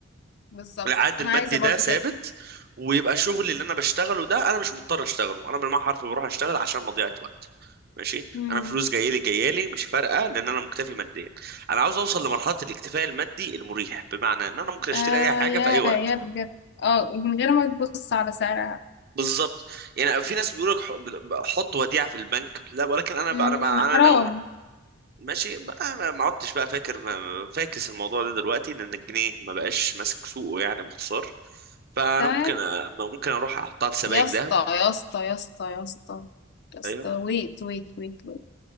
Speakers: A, on the left; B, on the right.
A: بالظبط
B: العائد
A: انا
B: المادي
A: عايزه برضو
B: ده ثابت
A: كده
B: ويبقى شغلي اللي انا بشتغله ده انا مش مضطر اشتغله انا بالمعنى حرفي بروح اشتغل عشان مضيعة وقت ماشي
A: امم
B: انا فلوس جايه لي جايه لي مش فارقه لان انا مكتفي ماديا انا عاوز اوصل لمرحله الاكتفاء المادي المريح بمعنى ان انا ممكن اشتري
A: آه
B: اي حاجه
A: يا
B: في اي وقت
A: يا بجد اه ومن غير ما تبص على سعرها
B: بالظبط يعني في ناس بيقول لك ح- ب- ب- حط وديعه في البنك لا ولكن انا ب-
A: امم
B: انا ب- انا
A: حرام
B: ناوي ماشي بقى ما ما عدتش بقى فاكر ما- ما- فاكس الموضوع ده دلوقتي لان الجنيه ما بقاش ماسك سوقه يعني باختصار فانا
A: تمام
B: ممكن أ... ممكن اروح احطها في سبائك
A: يا اسطى
B: ذهب
A: يا اسطى يا اسطى يا اسطى يا اسطى
B: ايوه
A: ويت ويت ويت ويت